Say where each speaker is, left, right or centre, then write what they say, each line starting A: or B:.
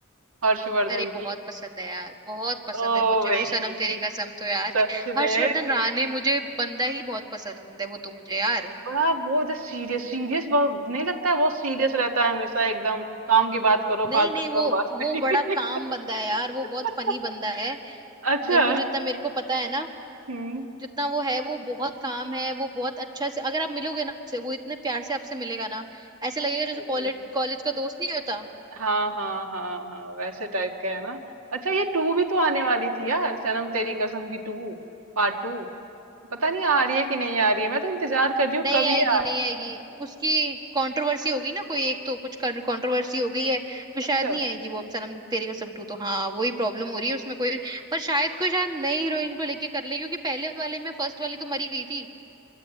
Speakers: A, on the right; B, on the right.
A: हर्षवर्धन
B: अरे
A: की
B: बहुत पसंद है यार बहुत पसंद
A: ओ
B: है मुझे
A: भाई
B: वो सनम तेरी कसम तो यार
A: सच
B: हर्षवर्धन
A: में
B: राणे मुझे बंदा ही बहुत पसंद है वो तो मुझे यार
A: बड़ा वो जो सीरियस सीरियस बहुत नहीं लगता है बहुत सीरियस रहता है हमेशा एकदम काम की बात करो
B: नहीं
A: फालतू
B: नहीं
A: की
B: वो
A: बकवास
B: वो
A: नहीं
B: बड़ा काम बंदा है यार वो
A: <laughs>
B: बहुत फनी बंदा है
A: अच्छा
B: मेरे को जितना मेरे को पता है ना
A: हम्म
B: जितना वो है वो बहुत काम है वो बहुत अच्छा से अगर आप मिलोगे ना उससे वो इतने प्यार से आपसे मिलेगा ना ऐसे
A: अच्छा
B: लगेगा जैसे
A: अच्छा
B: कॉलेज कॉलेज का दोस्त नहीं होता
A: हाँ हाँ हाँ हाँ वैसे टाइप का है ना अच्छा ये टू भी तो आने वाली थी यार सनम तेरी कसम की टू पार्ट टू पता नहीं आ रही है कि नहीं आ रही है मैं तो इंतजार कर रही हूँ
B: नहीं
A: कब
B: आएगी
A: ये आए
B: नहीं आएगी उसकी कंट्रोवर्सी होगी ना कोई एक तो कुछ कंट्रोवर्सी हो गई है तो
A: अच्छा
B: शायद नहीं आएगी वो अब सनम तेरी कसम टू तो हाँ वही प्रॉब्लम हो रही है उसमें कोई पर शायद कोई शायद नई हीरोइन को लेके कर ले क्योंकि पहले वाले में फर्स्ट वाली तो मरी गई थी